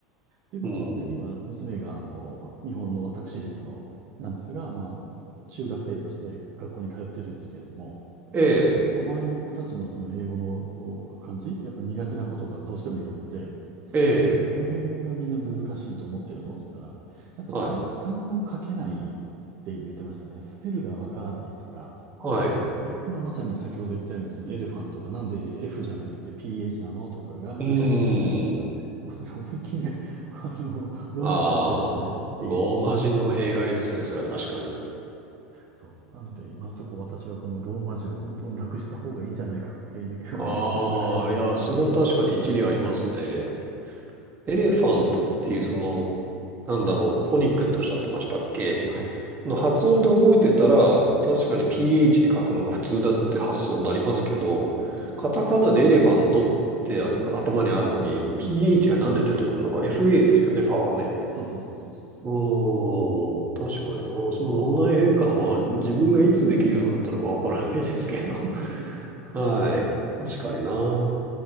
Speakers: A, on the right; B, on the right.
A: で、まあ実際今、
B: うん。
A: 娘があの、日本の私立の、なんですが、まあ、中学生として学校に通ってるんですけれども、
B: ええ、
A: まあ、周りの子たちのその英語のお漢字、やっぱ苦手な子とかどうしてもいるので、
B: ええ、
A: どの辺がみんな難しいと思ってるのつったら、やっぱ単、
B: はい、
A: 単語を書けないって言ってましたね。スペルがわからないとか。
B: はい。う
A: で、まあ、まさに先ほど言ったように、そのエレファントがなんで F じゃなくて PH なのとかが理解できないとか、
B: ーん。
A: もうそれ思いっきり、あの、ローマ字のせいだよねっていう。
B: ああ、ローマ字の弊害ですね。それは確かに。
A: そう。なので、今のところ私はこのローマ字を本当なくした方がいいんじゃないかっていう
B: ああ、
A: <laughs> 思ってるぐらい。
B: いや、それは確かに一理ありますね。エレファントっていうその、なんだろう、フォニックっておっしゃってましたっけ
A: はいはい。
B: の発音で覚えてたら、確かに PH で書くのが普通だって発想になりますけど、
A: そうそうそうそ
B: カタカナでエレファントってあ頭にあるのに、
A: う。
B: PH
A: うん。
B: がなんで出てくるのか、FA ですよね、ファはね。
A: そうそうそうそうそう。
B: うーん、確かにな。その脳内変換は自分がいつできるようになったのかわからないですけど。
A: そうそうそうそう。
B: <laughs> はい。確かにな。
A: ね
B: う